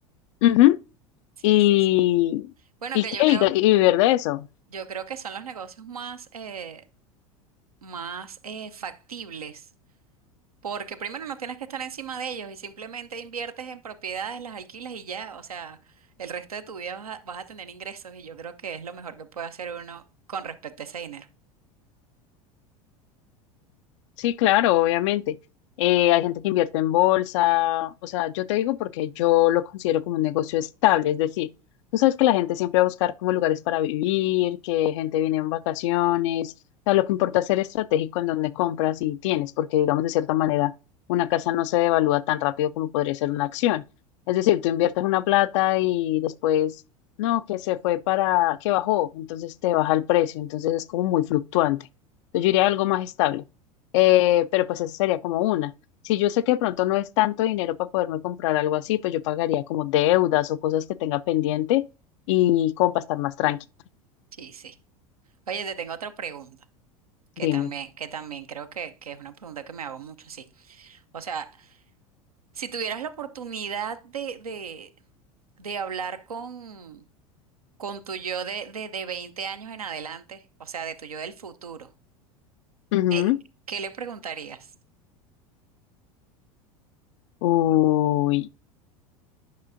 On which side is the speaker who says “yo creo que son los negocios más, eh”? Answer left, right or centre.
Right